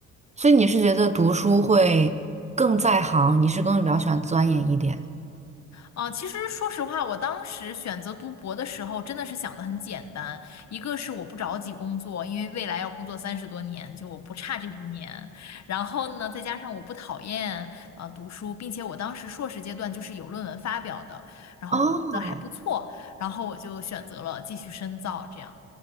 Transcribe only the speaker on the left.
啊，其实说实话，我当时选择读博的时候，真的是想的很简单。一个是我不着急工作，因为未来要工作三十多年，就我不差这一年。然后呢，再加上我不讨厌呃读书，并且我当时硕士阶段就是有论文发表的，然后我觉得还不错，
然后我就选择了继续深造。这样，